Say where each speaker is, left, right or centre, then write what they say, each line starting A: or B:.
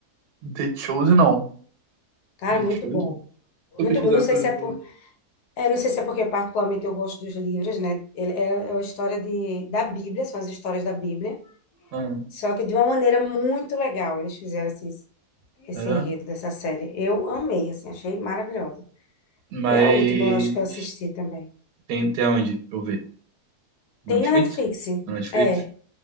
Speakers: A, on the right (about 80°); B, on the left (about 90°).
A: The Chosen não.
B: Cara,
A: The
B: muito
A: Chosen,
B: bom.
A: vou
B: Muito
A: pesquisar
B: bom. Não sei
A: pra
B: se é
A: ver.
B: por, é, não sei se é porque particularmente eu gosto dos livros, né? Ele é, é a história de, da Bíblia, são as histórias da Bíblia,
A: Ah,
B: só que de uma maneira muito legal. Eles fizeram assim, esse
A: é,
B: enredo dessa série. Eu amei, assim, achei maravilhosa.
A: mas
B: Foi a última, eu acho que eu assisti também.
A: tem, tem onde? Deixa eu ver. Netflix?
B: Tem na Netflix.
A: No Netflix?
B: É,